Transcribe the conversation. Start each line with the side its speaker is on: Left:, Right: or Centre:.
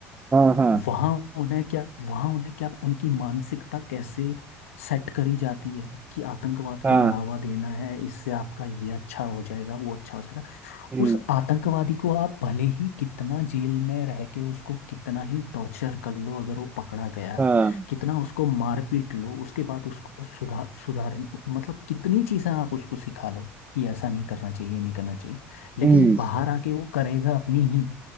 Right: हाँ हाँ
Left: वहां उन्हें क्या वहां उन्हें क्या उनकी मानसिकता कैसे सेट करी जाती है कि आतंकवाद
Right: हाँ
Left: को बढ़ावा देना है इससे आपका ये अच्छा हो जाएगा वो अच्छा हो जाएगा
Right: हम्म
Left: उस आतंकवादी को आप भले ही कितना जेल में रह के उसको कितना ही टॉर्चर कर लो अगर वो पकड़ा गया
Right: हाँ
Left: कितना उसको मारपीट लो उसके बाद उसको सुधार सुधार मतलब कितनी चीजें आप उसको सिखा लो कि ऐसा नहीं करना चाहिए ये नहीं करना चाहिए लेकिन
Right: हम्म
Left: बाहर आके वो करेगा अपनी ही